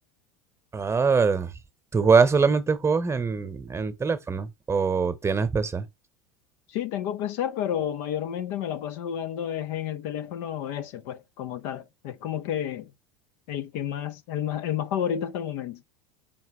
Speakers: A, on the right (about 20°); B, on the left (about 60°).
A: Ah, ¿tú juegas solamente juegos en, en teléfono o tienes PC?
B: Sí, tengo PC, pero mayormente me la paso jugando es en el teléfono ese, pues, como tal. Es como que el que más, el más, el más favorito hasta el momento.